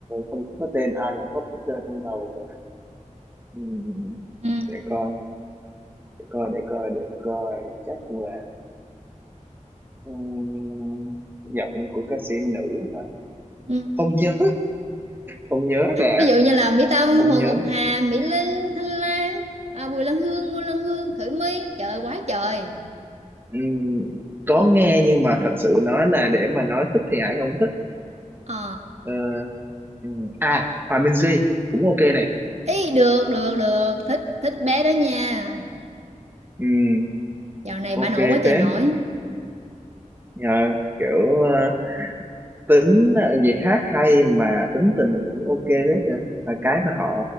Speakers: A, on the right (about 15°); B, on the right (about 55°).
A: không có cái tên ai là pop up ra trong đầu cả Ừm,
B: Ừ.
A: để coi để coi để coi để coi chắc là ừm, giọng của ca sĩ nữ hả
B: Ừ.
A: không nhớ không nhớ ra
B: Ví dụ như là Mỹ Tâm, Hồ
A: không nhớ
B: Ngọc Hà, Mỹ Linh, Thanh Lam, à, Bùi Lan Hương, Ngô Lan Hương, Khởi My Trời ơi, quá trời
A: Ừm, có nghe nhưng mà thật sự nói là để mà nói thích thì Hải không thích
B: Ờ
A: Ờ, ừm, à Hòa Minzy cũng ok này
B: Ý được, được, được Thích, thích bé đó nha
A: Ừm,
B: Dạo này bà
A: ok
B: nổi quá trời
A: phết
B: nổi
A: Nhờ kiểu ờ, tính ờ, gì hát hay mà tính tình cũng ok phết nữa là cái mà họ